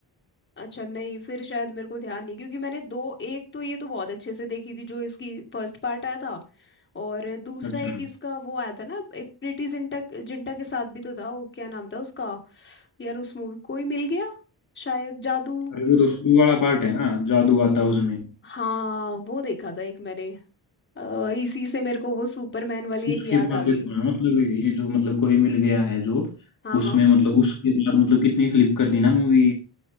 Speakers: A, on the left; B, on the left.
A: अच्छा नहीं फिर शायद मेरे को ध्यान नहीं क्योंकि मैंने दो एक तो ये तो बहुत अच्छे से देखी थी जो इसकी फर्स्ट पार्ट आया था और दूसरा
B: अच्छा
A: एक इसका वो आया था ना एक प्रीटी जिंटा जिंटा के साथ भी तो था वो क्या नाम था उसका यार उस मूवी कोई मिल गया शायद जादू
B: अरे
A: ज...
B: वो तो शुरू वाला पार्ट है ना जादू आता है उसमें
A: हाँ वो देखा था एक मैंने अ, इसी से मेरे को वो सुपरमैन वाली
B: उसके
A: एक याद
B: बाद
A: आ
B: देखो
A: गई
B: ना मतलब ये जो मतलब कोई मिल गया है जो
A: हाँ
B: उसमें
A: हाँ
B: मतलब उसके बाद मतलब कितनी फ्लिप कर दी ना मूवी